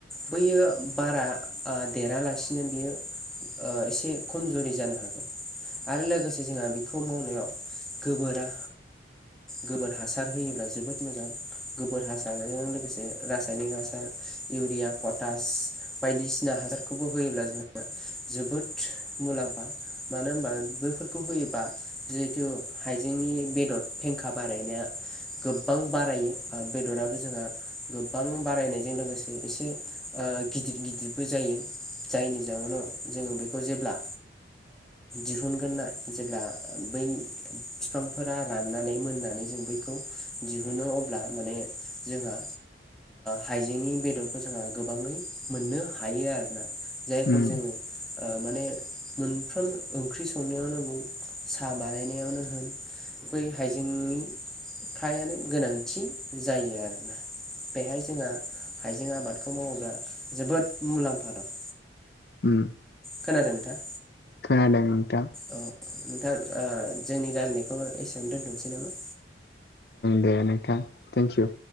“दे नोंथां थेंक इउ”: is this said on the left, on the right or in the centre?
Left